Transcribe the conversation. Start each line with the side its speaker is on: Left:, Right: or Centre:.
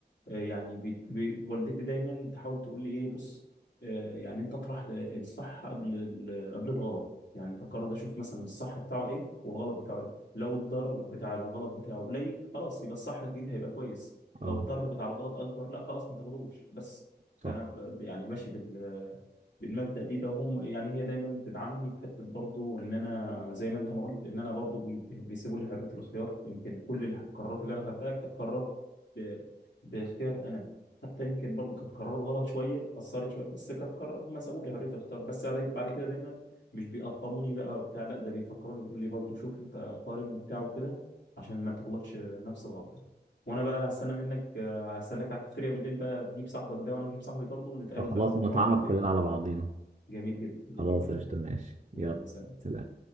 Left: آه، يعني بي بي والدتي دايما تحاول تقول لي ايه بص آه، يعني انت اطرح الصح قبل ال- قبل الغلط يعني انت قرر اشوف مثلا الصح بتاعه ايه والغلط بتاعه ايه لو الضرر بتاع الغلط بتاعه قليل خلاص يبقى الصح اكيد هيبقى كويس
Right: آه،
Left: لو الضرر بتاع الغلط اكبر لا خلاص ما تاخدوش بس
Right: صح
Left: فانا ب- يعني ماشي بال بالمبدأ دي ده هم يعني هي دايما بتدعمني في حتة برضو ان انا زي ما انت ما قلت ان انا برضو بي- بي- بيسيبوا لي حرية الخيار يمكن كل الح- القرارات اللي انا خدتها كانت قرارات ب- باختيار انا حتى يمكن برضو كانت قرارات غلط شوية اثرت شوية بس كانت قرار هم سابوا لي حرية الخيار بس بعد بعد كده دايما مش بيقطموني بقى وبتاع لا ده بيفكروني بيقول لي برضو شوف انت قارن وبتاع وكده عشان ما تغلطش نفس الغلطة وانا بقى هستنى منك هستناك على الكافتيريا بالليل بقى تجيب صاحبك ده وانا هجيب صاحبي برضه ونتقابل
Right: آه،
Left: بقى
Right: خلاص
Left: ونقعد
Right: نتعرف
Left: بالليل
Right: كلنا على بعضينا
Left: جميل جدا
Right: خلاص
Left: جميل جدا
Right: قشطة ماشي
Left: يلا
Right: يلا
Left: سلام
Right: سلام